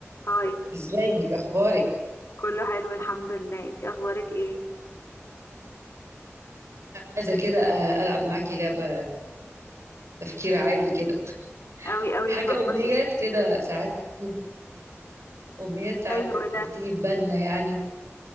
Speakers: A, on the left; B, on the right.
A: هاي
B: ازيك اخبارك
A: كله حلو الحمد لله انتي اخبارك ايه
B: عايزه كده أ- العب معاكي لعبه تفكير عالي كده
A: قوي قوي
B: حاجه
A: اتفضلي
B: امنيات كده ساعات بتجيب- امنيات ساعات
A: حلو ده
B: بتيجي في بالنا يعني